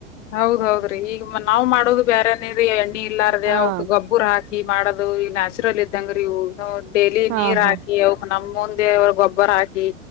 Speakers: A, on the left; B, on the right.
A: ಹೌದೌದ್ರಿ ಈಗ ನಾವ್ ಮಾಡೋದು. ಬ್ಯಾರ ನೆರಿ ಎಂಟ್ ಇಲ್ಲಾರ್ದೆ
B: ಹಾ
A: ಅವ್ ಗೊಬ್ಬುರ ಹಾಕಿ ಮಾಡದ್ ದು ಇ ನಾಶ್ ಚುಲರ್ ಇದ್ದಂಗ್ರಿ ಇವು ನಾವ್ ಡೈಲಿ
B: ಹಾ
A: ನೀರ್
B: ಹಾ
A: ಹಾಕಿ ಅವುಕ್ ನಮ್ಮೊಂದ್ ದೇವ್ರ್ ಗೊಬ್ಬರ ಹಾಕಿ.